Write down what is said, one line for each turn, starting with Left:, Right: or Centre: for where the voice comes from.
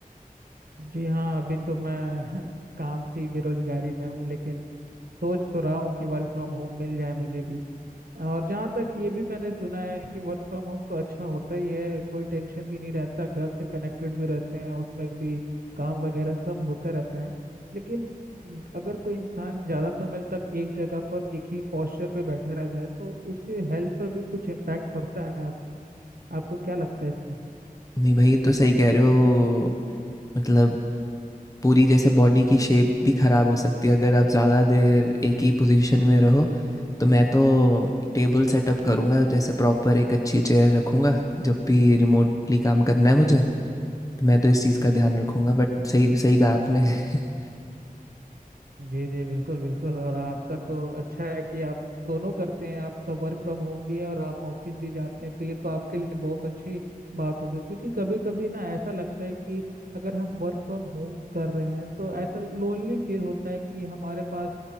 Right: जी हाँ, अभी तो मैं <laughs> काम से ही बेरोजगारी में हूँ लेकिन सोच तो रहा हूँ कि वर्क फ्रॉम होम मिल जाए मुझे भी और जहाँ तक ये भी मैंने सुना है कि वर्क फ्रॉम होम तो अच्छा होता ही है कोई टेंशन भी नहीं रहता घर से कनेक्टेड भी रहते हैं उसमें भी काम वगैरह सब होता रहता है लेकिन अगर कोई इंसान ज़्यादा समय तक एक जगह पर एक ही पोस्चर पे बैठा रह जाए तो उसके हेल्थ पर भी कुछ इम्पैक्ट पड़ता है आप, आपको क्या लगता है इसमें
Left: नहीं भाई ये तो सही कह रहे हो मतलब पूरी जैसे बॉडी की शेप भी ख़राब हो सकती है अगर आप ज़्यादा देर एक ही पोजीशन में रहो तो मैं तो टेबल सेटअप करूँगा जैसे प्रॉपर एक अच्छी चेयर रखूँगा जब भी रिमोटली काम करना है मुझे तो मैं तो इस चीज़ का ध्यान रखूँगा बट सही सही कहा आपने <laughs>
Right: जी जी बिल्कुल बिल्कुल और आपका तो अच्छा है कि आप दोनों करते हैं आपका वर्क फ्रॉम होम भी है और आप ऑफिस भी जाते हैं तो ये तो आपके लिए बहुत अच्छी बात होगी क्योंकि कभी कभी ना ऐसा लगता है कि अगर हम वर्क फ्रॉम होम कर रहे हैं तो ऐसा लोनली फील होता है कि हमारे पास